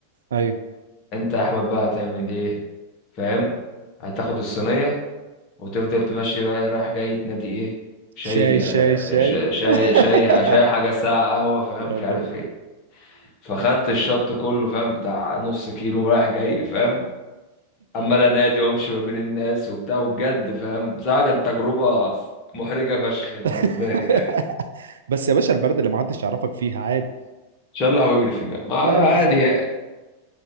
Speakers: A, on the right (about 70°); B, on the left (about 40°).
A: ايوه
B: انت يا احمد بقى هتعمل ايه فاهم هتاخد الصينيه وتفضل تمشي بقى إيه، رايح جاي تنادي ايه شاي
A: شاي شاي شاي
B: شاي شاي شاي
A: <laughs>
B: شاي حاجه ساعه قهوه فاهم
A: يا
B: مش
A: ده.
B: عارف ايه فخدت الشط كله فاهم بتاع نص كيلو رايح جاي فاهم عمال انادي وامشي ما بين الناس وبتاع وبجد فاهم بصراحه كانت تجربه محرجه فشخ بالنسبه
A: <laughs>
B: لي يعني
A: بس يا باشا البلد اللي ما حدش يعرفك فيها عادي
B: شلح واجري فيها ما
A: ايوه
B: عادي
A: بالظبط
B: يعني.